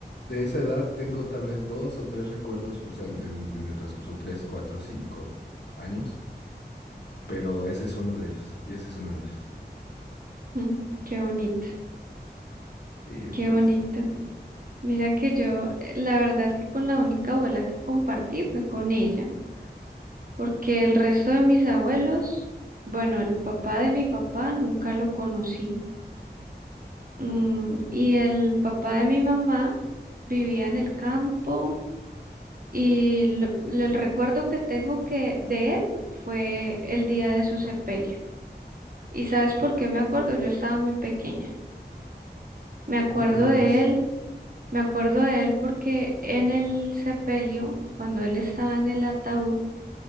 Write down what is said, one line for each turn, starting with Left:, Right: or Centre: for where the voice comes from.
Left: de esa edad, tengo tal vez dos o tres recuerdos, o sea, en, en el transcurso tres, cuatro, cinco años, pero ese es uno de ellos. Y ese es uno de ellos.
Right: Mm, qué bonito,
Left: Y muy
Right: qué bonito.
Left: extraño.
Right: Mira que yo, eh, la verdad es que con la única abuela que compartí fue con ella. porque el resto de mis abuelos, bueno, el papá de mi papá nunca lo conocí. Mm, y el papá de mi mamá vivía en el campo y lo- el recuerdo que tengo que de él fue el día de su sepelio. ¿Y sabes por qué me acuerdo? Yo estaba muy pequeña. Me acuerdo
Left: ¿Por qué te acuerdas?
Right: de él, me acuerdo de él porque en el sepelio, cuando él estaba en el ataúd,